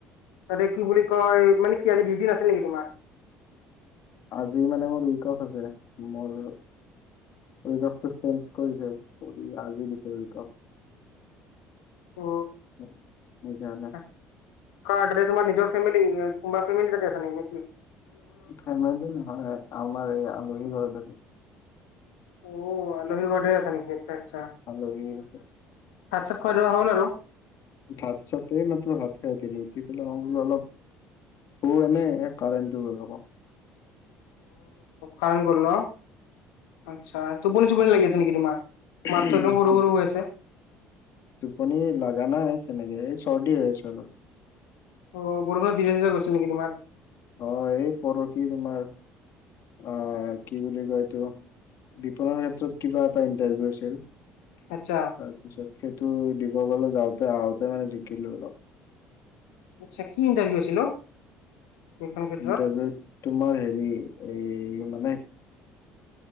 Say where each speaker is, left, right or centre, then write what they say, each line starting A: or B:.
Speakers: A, on the left; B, on the left.
A: তাতে কি বুলি কয়, মানে কি আজি ডিউটি নাছিল নেকি তোমাৰ?
B: আজি মানে মোৰ উইক অফ আছে। মৰ এই কাপটো চেঞ্জ কৰিছে। <unintelligible> আজি দিছে <unintelligible> কাপ।
A: অ।
B: <unintelligible> সেইকাৰণে
A: <unintelligible> তাতে তোমাৰ নিজৰ ফেমেলি <unintelligible> ফেমেলি তাতে আছে নে কি?
B: ফেমেলি নহয়, আমাৰ এই আলহী ঘৰত আছো।
A: অও আলহী ঘৰতহে আছা নেকি? আচ্ছা, আচ্ছা।
B: আলহী <unintelligible>
A: ভাত-চাত খোৱা-ধোৱা হ'ল আৰু?
B: ভাত-চাত এই মাত্ৰ ভাত খাই উঠিলোঁ। উঠি পেলাই মই বোলো অলপ অ এনে এ কাৰেণ্টটো গ'ল আক'।
A: কাৰেণ্ট গল ন? আচ্ছা, টোপনি-চোপনি লাগি আছে নেকি তোমাৰ?
B: উম
A: মাতটো একদম সৰু সৰু হৈ আছে।
B: টোপনি লাগা নাই সেনেকে। এ চৰ্দি হৈ আছে অলপ।
A: অ <unintelligible> গৈছে নেকি তোমাৰ?
B: অ, এই পৰসি তোমাৰ আ কি বুলি কয় এইটো বিপণন ক্ষেত্ৰত কিবা এটা ইন্টাৰভিউ আছিল।
A: আটছা।
B: তাৰপিছত সেইটো দিব গলে যাওঁতে আহোতে মানে জিকিলো অলপ।
A: আটছা, কি ইণ্টাৰভিউ আছিল অ? এইখন ক্ষেত্ৰত
B: ইণ্টাৰভিউত তোমাৰ হেৰি এই মানে